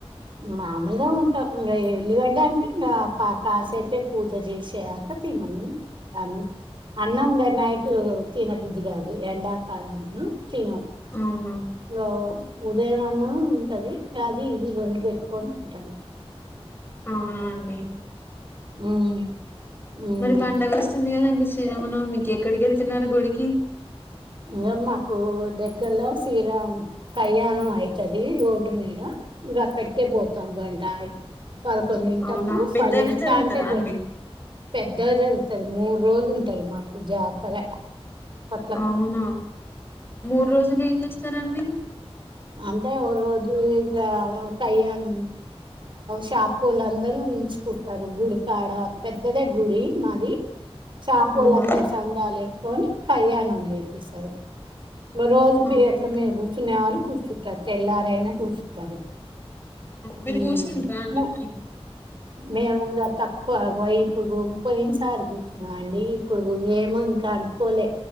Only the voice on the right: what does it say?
మామూల్గా ఉంట ఇంగా ఎల్లిగడ్డ అంటే ఇంగా పా కాసేపే పూజ చేసాక తిన్ అవును దాని అన్నం గా నైటు తినబుద్ధి గాదు ఎండాకాలమని చ్యం
ఇంగో ఉదయమన్న ఉంటది అది ఇది రెండు బెట్టుకొని తింటాము
ఉమ్ ఉమ్
ఇగా మాకు దగ్గర్లో శ్రీరాం కళ్యాణమైతది రోడ్డు మీద ఇంగ అక్కడికే బోతాం గంటగీ పదకొండింటప్పు
పదింటికాంటే
బో
పెద్దగా జరుగుతది మూర్రోజులు ఉంటది మాకు జాతర కొట్
అంటే ఓ రోజు ఇంగా కయాణ షాపులందరూ హించుకుంటరు గుడికాడ పెద్దదే గుడి మాది చాపొళ్ళందరూ
చందలే ఏసుకుని కళ్యాణం జేపిస్తరు రోజు
పీటల మీద గూర్చునేవాళ్ళు కూర్చుంటరు తెల్లారైనా కూర్చుంటరు
హ
మ్
మేమింగా తక్కువ ఇపుడు పోయిన్సారి కూర్చున్నామండి ఇప్పుడు ఇంగేమో ఇంకా అనుకోలే